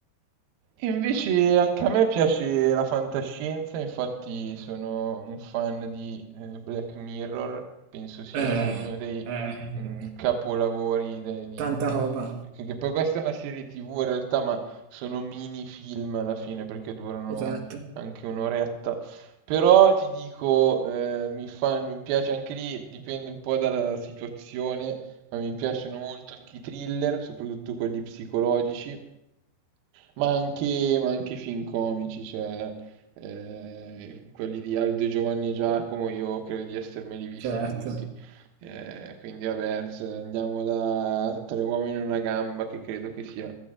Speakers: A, on the right; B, on the right.
A: E invece anche a me piace la fantascienza, infatti sono un fan di eh, Black Mirror, penso sia
B: Eh,
A: uno dei
B: eh,
A: mm, capolavori de- di-
B: tanta roba,
A: di- che che poi questa è una serie TV in realtà, ma sono mini film alla fine perché durano
B: esatto,
A: anche un'oretta. Però ti dico, eh, mi fa- mi piace anche lì, dipende un po' dalla situazione ma mi piacciono molto anche i thriller, soprattutto quelli psicologici, ma anche, ma anche i film comici, cioè eh, quelli di Aldo e Giovanni Giacomo, io credo di essermeli visti
B: certo.
A: tutti. Eh, quindi vabbè, se andiamo da Tre uomini e una gamba, che credo che sia